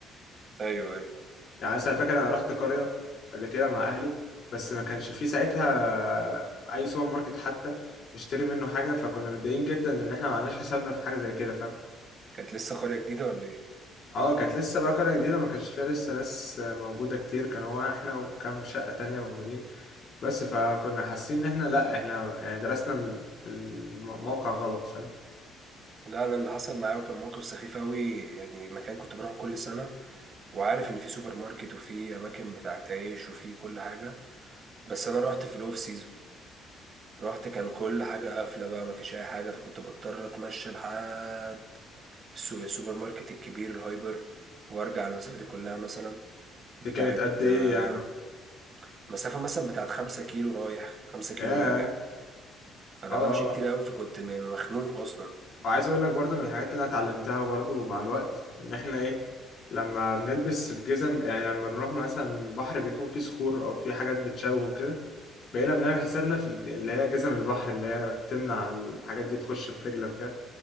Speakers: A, on the right; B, on the left.
A: ايوه ايوه
B: يعني مثلا فاكر انا رحت قرية قبل كده مع اهلي بس ما كانش في ساعتها اي سوبر ماركت حتى نشتري منه حاجة فكنا متضايقين جدا لان احنا ما عملناش حسابنا في حاجة زي كده فاهم
A: كانت لسه قرية جديدة ولا ايه
B: اه كانت لسه بقى قرية جديدة ما كانش فيها لسه ناس موجودة كتير كان هو احنا وكام شقة تانية موجودين بس فكنا حاسين ان احنا لا احنا يعني درسنا ال- الموقع غلط فاهم
A: لا انا اللي حصل معايا وكان موقف سخيف قوي يعني مكان كنت بروحه كل سنه وعارف ان في سوبر ماركت وفي اماكن بتاعت عيش وفي كل حاجه بس انا رحت في الاوف سيزون رحت كان كل حاجه قافله بقى مفيش اي حاجه فكنت بضطر اتمشى لحد السوق السوبر ماركت الكبير الهايبر وارجع المسافه دي كلها مثلا بتاعت
B: دي كانت قد ايه
A: آه،
B: يعني
A: مسافه مثلا بتاعت خمسة كيلو رايح خمسة كيلو
B: ياه
A: راجع فانا
B: اه
A: بمشي
B: اه
A: كتير قوي فكنت م- مخنوق اصلا
B: وعايز اقول لك برضو من الحاجات اللي انا اتعلمتها برضو مع الوقت ان احنا ايه لما بنلبس الجزم يعني لما بنروح مثلا بحر بيكون فيه صخور او فيه حاجات بتشوه كده بقينا بنعمل حسابنا في الج- اللي هي جزم البحر اللي هي بتمنع الحاجات دي تخش في رجلك